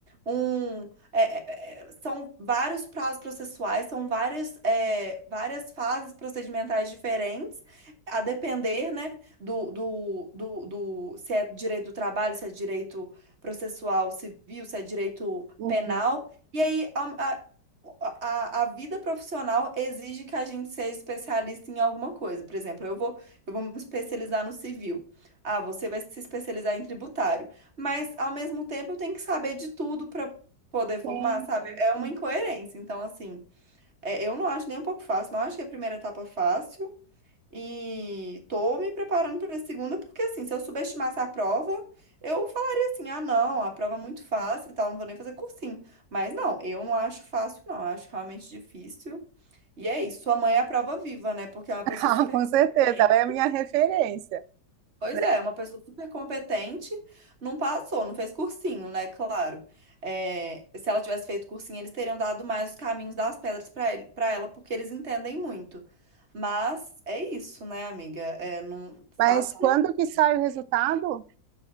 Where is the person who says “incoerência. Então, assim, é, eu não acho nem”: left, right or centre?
Right